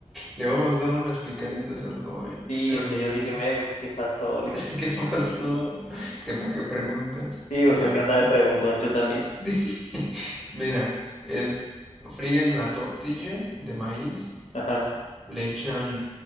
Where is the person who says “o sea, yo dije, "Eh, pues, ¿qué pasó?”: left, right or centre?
Left